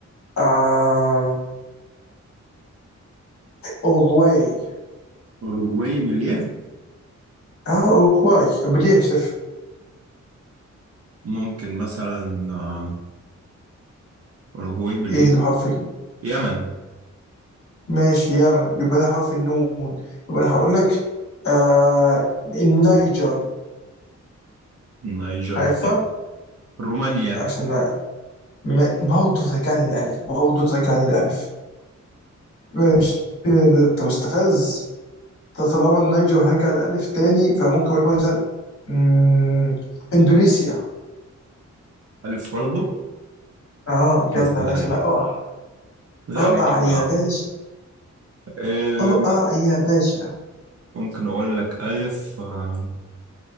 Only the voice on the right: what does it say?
اوروجواي باليه
ممكن مثلا آم، اوروجواي باليه
يمن
نيجر
رومانيا
<laughs>
ألف برضه
بس بالألف.
لا
مش
بلعب.
آه،
ممكن اقول لك الف آه،